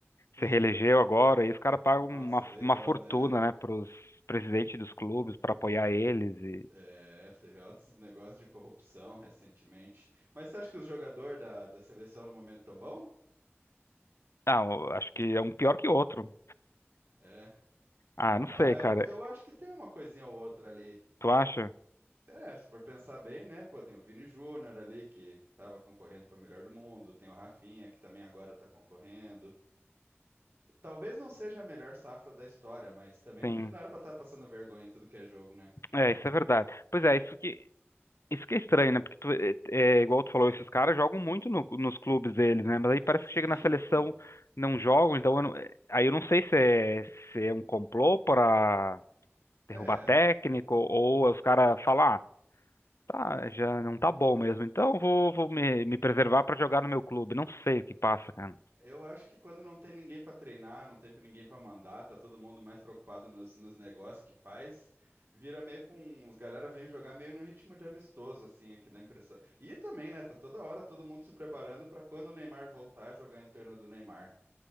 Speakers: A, on the right; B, on the left.
A: sim.
B: se reelegeu agora, e os caras pagam
A: Nossa,
B: uma,
A: doidão,
B: uma fortuna,
A: né?
B: né, pros presidentes dos clubes para apoiar eles e
A: É, teve altos negócios de corrupção recentemente. Mas você acha que os jogadores da, da seleção no momento tão bom?
B: ah, eu acho que é um pior que outro.
A: É.
B: Ah, não
A: Ah,
B: sei, cara.
A: eu, eu acho que tem uma coisinha ou outra ali.
B: Tu acha?
A: É, se for pensar bem, né? Pô, tem o Vini Júnior ali que estava concorrendo para melhor do mundo, tem o Rafinha que também agora está concorrendo. Talvez não seja a melhor safra da história, mas também
B: Sim.
A: não, não era para estar passando vergonha em tudo que é jogo, né?
B: É, isso é verdade. Pois é, isso que Isso que é estranho, né? Porque tu- é, é, é igual tu falou, esses caras jogam muito no- nos clubes deles, né? Mas aí parece
A: Sim,
B: que chega na seleção,
A: pô.
B: não jogam, então eu não- é, aí eu não sei se é, se é um complô para
A: É.
B: derrubar técnico ou os caras falar, ah, tá, já não tá bom mesmo, então vou, vou me, me preservar para jogar no meu clube. Não sei o que passa, cara.
A: Eu acho que quando não tem ninguém para treinar, não tem ninguém para mandar, tá todo mundo mais preocupado nos, nos negócios que faz, vira meio com os galera vêm jogar meio no ritmo de amistoso assim, aqui dá a impressão. E também, né, tá toda hora todo mundo se preparando para quando o Neymar voltar jogar em torno do Neymar.